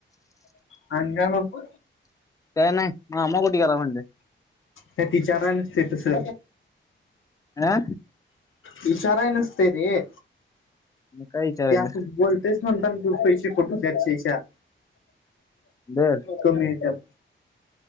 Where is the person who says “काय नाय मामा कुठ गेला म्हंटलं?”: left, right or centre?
Left